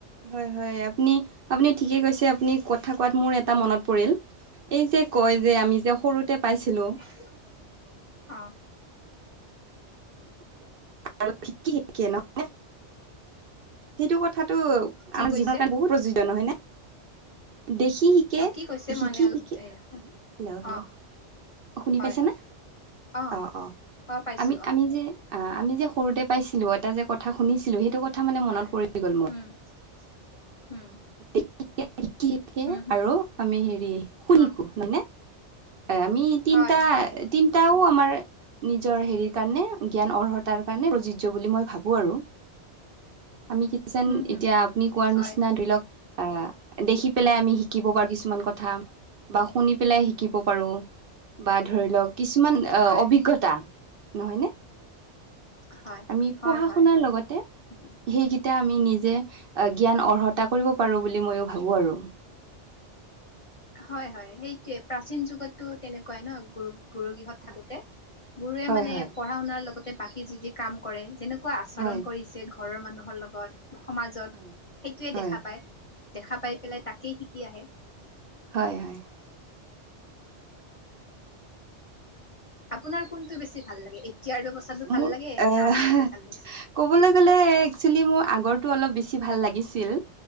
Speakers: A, on the right; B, on the left.
A: হয়-হয়, আপুনি-আপুনি ঠিকে কৈছে। আপুনি কথা কোৱাত মোৰ এটা মনত পৰিল এই যে <unintelligible> কয় যে আমি যে সৰুতে পাইছিলোঁ <unintelligible>
B: উ <unintelligible> অঁ <inaudible>
A: <unintelligible> ন মানে <inaudible> সেইটো কথাটো আমাৰ
B: কি কৈছে
A: জীৱনৰ কাৰণে বহুত <unintelligible> উপযুক্ত নহয় নে? দেখি শিক <unintelligible> শিকে,
B: অ কি কৈছে
A: শিকি-শিকি
B: মানে অলপ এ
A: <inaudible> হেল্ল'-হেল্ল'
B: অ
A: <unintelligible> শুনি
B: হয়
A: পাইছা
B: হয়
A: নে?
B: অ
A: অ-অ! <inaudible>
B: অ পাইছো
A: আমি-আমি
B: অ
A: যে আহ আমি যে <unintelligible> সৰুতে পাইছিলোঁ, এটা যে কথা শুনিছিলোঁ সেইটো কথা <inaudible>
B: হয়।
A: পৰি গ'ল মোৰ
B: উম! <inaudible> উম!
A: <unintelligible> দেখি শিকে
B: হুম, হুম,
A: আৰু আমি হেৰি শুনি
B: অ',
A: শিকো হয় নে? আমি তিনিটা-তিনিটাও
B: হয়, হয়, উম,
A: আমাৰ <unintelligible> নিজৰ হেৰিৰ কাৰণে জ্ঞান অৰ্হতাৰ কাৰণে প্ৰযোজ্য বুলি মই ভাবো আৰু। <inaudible> আমি কিচান
B: হুম, হুম,
A: এতিয়া
B: হুম,
A: আপুনি কোৱাৰ
B: হয়,
A: নিচিনা ধৰি লওক। <unintelligible> আহ দেখি পেলাই আমি শিকিব পাৰো কিছুমান কথা বা শুনি পেলাই <unintelligible> শিকিব পাৰোঁ বা ধৰি লওক <inaudible> কিছুমান
B: হয়,
A: অভিজ্ঞতা নহয় নে? <inaudible>
B: হয়,
A: আমি
B: হয়,
A: পঢ়া-শুনাৰ
B: হয়,
A: লগতে <unintelligible>
B: উম।
A: সেইকেইটা আমি নিজে জ্ঞান অৰ্হতা কৰিব পাৰোঁ বুলি মইয়ো ভাবো আৰু। <unintelligible>
B: হয়-হয়, সেইটোৱেই প্ৰাচীন যুগতো তেনেকুৱাই ন, গুৰু-গুৰু গৃহত <inaudible> থাকোঁতে।
A: হয়
B: গুৰুৱে
A: হয়
B: মানে
A: হয়
B: পঢ়া-শুনাৰ লগতে বাকী যি যি কাম কৰে যেনেক <unintelligible> কেনেকুৱা আচৰণ
A: হয়
B: কৰিছে ঘৰৰ মানুহৰ লগত। <unintelligible> সমাজত
A: হয়
B: সেইটোৱেই
A: হয়,
B: দেখা পায়, দেখা পাই পেলাই তাকেই শিকি আহে। <inaudible>
A: হয়-হয়। <unintelligible>
B: <unintelligible> আপোনাৰ কোনটো বেছি ভাল লাগে এতিয়াৰ ব্যৱস্থা <unintelligible>
A: মোৰ
B: ভাল লাগে এনে
A: আহ
B: আগতে ভাল লাগিছে?
A: ক'বলৈ গ'লে একচুৱেলি মোৰ আগৰটো অলপ বেছি ভাল লাগিছিল। <inaudible>